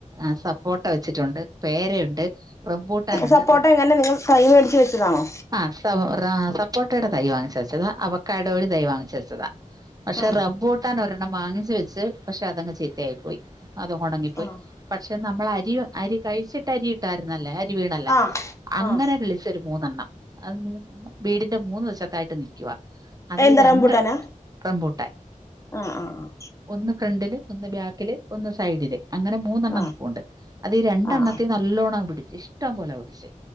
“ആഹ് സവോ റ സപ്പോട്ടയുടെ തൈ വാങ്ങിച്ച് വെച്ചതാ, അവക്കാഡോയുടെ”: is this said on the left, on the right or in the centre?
Right